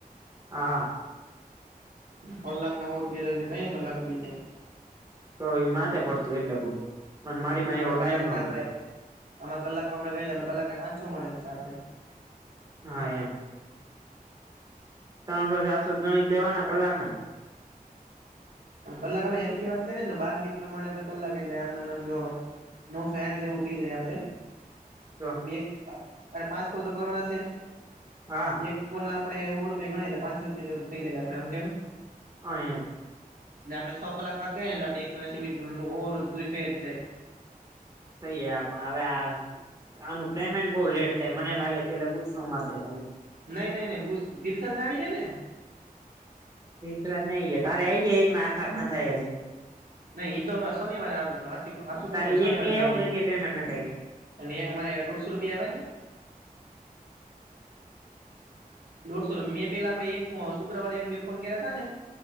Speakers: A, on the right; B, on the right.
A: હા
B: કલાક નવો રૂપિયા કઈ કલાક કુએ થાય
A: તો એ માથે પડતું એટલે બઉ મારી પાસે
B: આમાં
A: એવો ટાઈમ
B: કલાક ના
A: નતો
B: આપડે આમાં કલાકમાં આપણે ગણી કલાક પાંસો મળેમ છે આપણે
A: હા એમ ત્રણસો ચારસો ગણિત લેવાના કલાક ના
B: કલાક આપડે હેખી વાત કરીએ તો બાર મિનિટ પ્રમાણે આપડે કલાક એટલે આમ જો નવ સાઠ જેવું થઇ જાય આપડે
A: તો
B: એક અને પાંચ કોલ તો કરવાના છે
A: હા
B: એક પોલ આપડે હોો રૂપિયા ગણીએટલે પાંસો રૂપિયા જે થઈ જાય આપે સમજણું
A: અ એમ
B: ને આપણે છ કલાક વાતઈએ એટ આપ એકસો એસી મિનિટ ઓવર ઓલ પૂરી થઈ જાય
A: થઈ ગયા પણ હવે આ આનું પેમેન્ટ બહ લેટ થાય મને લાગે છે એટલે બૂસ માટે સારું
B: નઈ નહી નઈ ભ તીરસને આવી જાય ને
A: તેરા ને આ આવી ગાય તારે આ આવી ગાય એક ના આખાખ ના થાય હજી
B: નહી તો શનિવારે આવે છે હ આ શું કોણ
A: તારે
B: થય શનિવારે
A: એક કે એવું
B: જએ
A: કે કે પેમેન્ટ નથી આવ્યું
B: અને અમારે દોઢસો રૂપિયા આવવા ને લોડસો મેં પેલા આપણે એક શુક્રવારે એક બે ફોન કર્યા તા ને